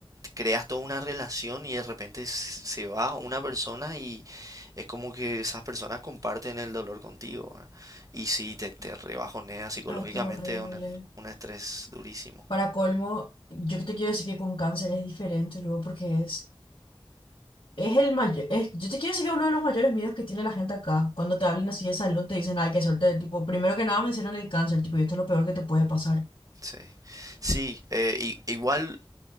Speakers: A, on the right; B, on the left.
A: creas toda una relación y de repente s- se va una persona y es como que esas personas comparten el dolor contigo, ¿verdad? Y sí, te, te rebajonea psicológicamente,
B: Ay, qué horrible.
A: es un, un estrés durísimo.
B: Para colmo, yo te quiero decir que con cáncer es diferente luego porque es, es el mayor, es, yo te quiero decir que uno de los mayores miedos que tiene la gente acá, cuando te hablan así de salud, te dicen, ay, qué suerte, tipo, primero que nada mencionan el cáncer, tipo, y esto es lo peor que te puede pasar.
A: Sí, sí, eh, i- igual